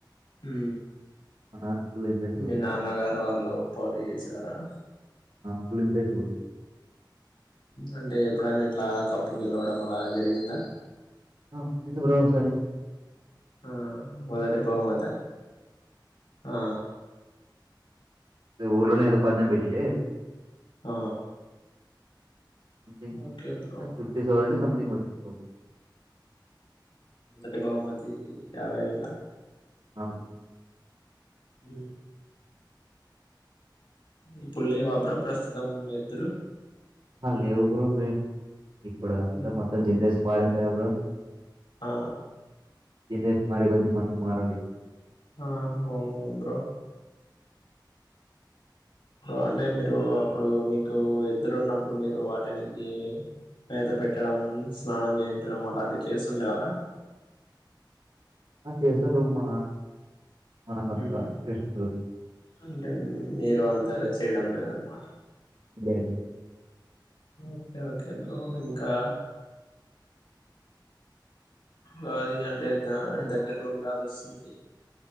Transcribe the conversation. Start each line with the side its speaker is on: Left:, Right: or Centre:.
Left: హ
Right: మా నాన్న ఫుల్ ఇంట్రెస్ట్
Left: మీ
Right: బ్రో.
Left: నాన్నగారు వాళ్ళు పోటీ చేసేవారా
Right: ఫుల్ ఇంట్రెస్ట్ ఎప్పుడు
Left: అంటే ఎప్పుడైనా ఎట్లా కప్పుగేలవడం అలా జరిగిందా
Right: ఆ అయింది బ్రో ఒకసారి
Left: ఆ మొదటి బహుమతి ఆ
Right: ఊర్లోనే ఏదో పదం పెట్టింటే
Left: ఆ
Right: something
Left: okay bro
Right: fifty seven అండి సంథింగ్ వచ్చింది
Left: మటి బహుమతి వై వేళ
Right: అవును
Left: హ ఇప్పు లేవా ప్రస్తుతం ఎద్దులు
Right: లేవు బ్రూ ఇప్పుడు అంతా
Left: మ్మ్
Right: మొత్తం జన్నేసి మారింది క బ్ర
Left: ఆ
Right: తస్ట్ మరి బ మన మరాల
Left: ఆ అవును అందు అంటే మీరు అప్పుడు మీకు ఎద్దులున్నప్పుడు మీరు వాటినికి మేత పెట్టడం స్నానం చేయించడం అలాంటివి చేస్తుండేవారా
Right: ఆ చేసేవాళ్ళు మా నాన్న మనకంత
Left: మ్మ్.
Right: ఇంటెస్ట్
Left: అంటే మీరు అంతలో చేయడం లేదన్నమాట
Right: లేదు
Left: ఓకే ఓకే బ్రో ఇంకా కాది అంటే ద దగ్గరలో ఉగాది వస్తుంది